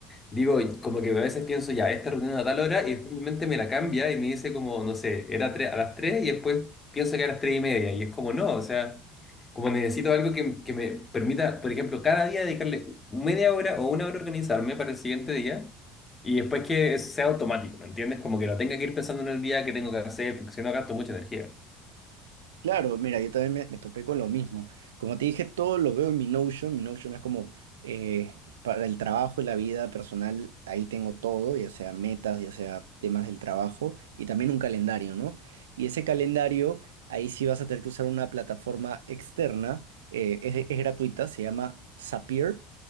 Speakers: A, on the left; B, on the right.
A: digo, como que a veces pienso ya, esta reunión a tal hora y después mi mente me la cambia y me dice como, no sé, era tre- a las 3 y después pienso que a las 3 y media y es como no, o sea... Como necesito algo que, que me permita, por ejemplo, cada día dedicarle media hora o una hora a organizarme para el siguiente día y después que es- sea automático, ¿me entiendes? Como que no tenga que ir pensando en el día que tengo que hacer, porque si no gasto mucha energía.
B: Claro, mira, yo también me, me topé con lo mismo. Como te dije, todo lo veo en mi Notion. Mi Notion es como eh, para el trabajo y la vida personal, ahí tengo todo, ya sea metas, ya sea temas del trabajo y también un calendario, ¿no? Y ese calendario, ahí sí vas a tener que usar una plataforma externa, eh, es, es gratuita, se llama Zapier.